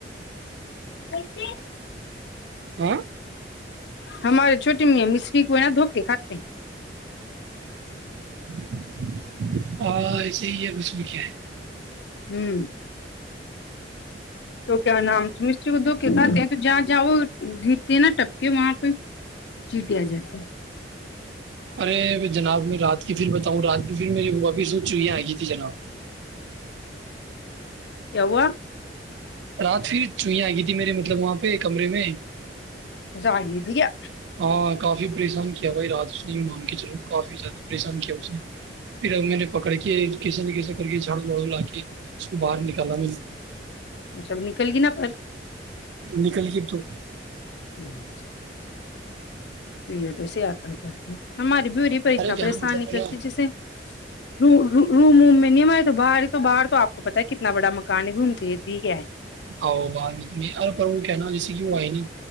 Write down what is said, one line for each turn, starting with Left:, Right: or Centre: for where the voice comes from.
Left: مسے
Right: آ
Left: ہمارے چھوٹی می مسستری کو ہے نا دوکا خاتتے
Right: <inaudible> اور ایسے ہی ہے اس میں کیا ہے
Left: ہوں تو کیا نام س مری کو دو کے ساتھ تو جہاں جہاں وہ گرتے ہیں نا ٹپ کے وہاں پہ چیٹیا جاتی
Right: ارے جناب میں رات کی پھر بتاؤں رات کی پھر میرے با بھی سوچ چئیی آئے گی تھی جناب
Left: کہ ہوا
Right: رات پھر چوہیں آ گئی تھی میرے مطلب وہاں پہ کمرے میں
Left: زاگ دیا
Right: ہاں کافی پریشان کیا بھائی رات اس نے مان کے چلو کافی زیادہ پریشان کیا اس نے پھر ا میں نے پکڑ کے کسے نہ کیسے کر کے جھاڑو بڑو لا کے اس کو باہر نکالا میں نے
Left: وہ سب نکل گی نا پر
Right: نکل گی ا تو
Left: بچا ا تو سےی آپنتیے ہماری ی پر اتنا
Right: ارے کیا
Left: پریشان
Right: نا مطلب
Left: نہیں کرتے
Right: ہے نا
Left: جیسے ر روم ووم میں نم آ تو باہر ہی تو باہر تو آپ کو پتا ہے کتنا بڑا مکان ہے گھومتی رہتی کیا ہے
Right: آ بر وہ کہنا جیسے کہ وہ آئے نا